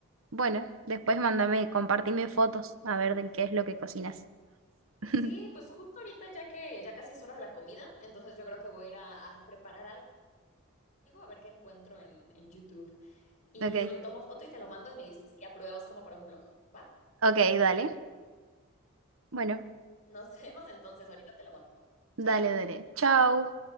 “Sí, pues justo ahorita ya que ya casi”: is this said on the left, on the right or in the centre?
Left